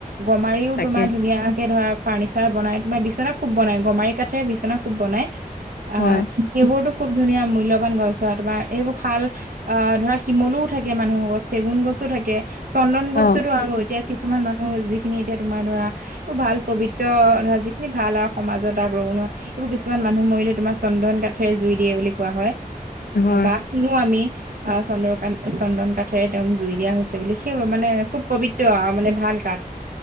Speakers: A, on the right; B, on the left.
A: গমাৰিও
B: তাকে
A: তোমাৰ ধুনীয়াকে ধৰা ফাৰ্ণিচাৰ বনাই, তোমাৰ বিচনা খুব বনাই গমাৰি কাঠেৰে বিচনা খুব বনাই। আহ
B: হয়,
A: সেইবোৰতো খুব ধুনীয়া মূল্যবান গছ ধৰা তোমাৰ এইবোৰ শাল অ', ধৰা শিমলোও থাকে মানুহৰ ঘৰত, চেগুন গছো থাকে, চন্দন গছতো
B: অ'।
A: আৰু এতিয়া কিছুমান মানুহ যিখিনি এতিয়া তোমাৰ ধৰা <unintelligible> ভাল পবিত্ৰ ধৰা যিখিনি ভাল আৰু সমাজত <unintelligible> এইবোৰ কিছুমান মানুহ মৰিলে তোমাৰ চন্দন কাঠেৰে জুই দিয়ে বুলি কোৱা হয়।
B: হয়,
A: বা শুনো আমি। আ চন্দৰ কাঠ-চন্দন কাঠেৰে তেওঁক জুই দিয়া হৈছে বুলি সেই মানে খুব পবিত্ৰ আৰু মানে ভাল কাঠ।